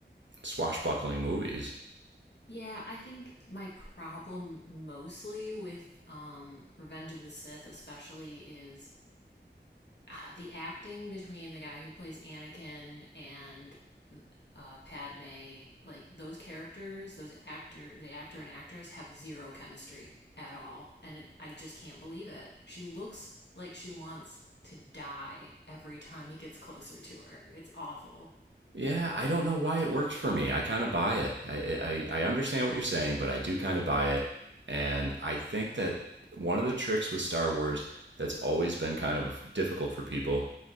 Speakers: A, on the right (about 80°); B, on the left (about 70°).
A: swashbuckling movies
B: Yeah, I think my problem mostly with um Revenge of the Sith especially is ah, the acting between the guy who plays Anakin and uh, Padme, like those characters, those actor, the actor and actress have zero chemistry at all, and it, I just can't believe it. She looks like she wants to die every time he gets closer to her. It's awful.
A: Yeah, I don't know why it works for me. I kind of buy it. I, I I understand what you're saying, but I do kind of buy it, and I think that one of the tricks with Star Wars that's always been kind of difficult for people